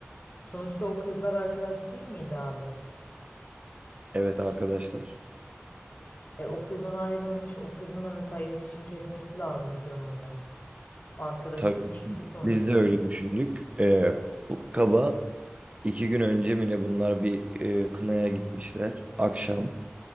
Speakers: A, on the left; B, on the right.
A: Sonuçta o kızlar arkadaş değil miydi abi?
B: evet arkadaşlar.
A: E o kızdan ayrılmış. O kızınla mesela iletişimi kesmesi lazım Jono'yla. Arkadaşın
B: Tabii
A: eksi sonuçta.
B: biz de öyle düşündük. Ee, kaba İki gün önce mi ne bunlar bir e, kınaya gitmişler. Akşam